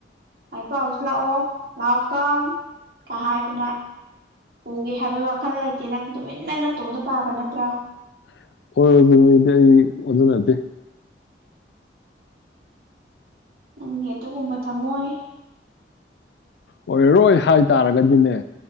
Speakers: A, on the right; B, on the left.
A: ꯂꯥꯏꯔꯤꯛ ꯄꯥꯔꯨꯁꯤ ꯂꯥꯛꯑꯣ ꯂꯥꯎ ꯀꯝ ꯀ ꯍꯥꯏꯗꯅ ꯄꯨꯒꯦ ꯍꯥꯏꯕ ꯋꯥꯈꯜ ꯂꯩꯇꯦ ꯅꯪ ꯇꯨꯃꯤꯟꯅ ꯅꯇꯣꯝꯗ ꯄꯥꯕ ꯅꯠꯇ꯭ꯔꯥ
B: <unintelligible>
A: ꯅꯪꯒꯤ ꯑꯗꯨꯒꯨꯝꯕ ꯊꯝꯃꯣꯏ
B: ꯑꯣꯏꯔꯔꯣꯏ ꯍꯥꯏꯇꯥꯔꯒꯗꯤꯅꯦ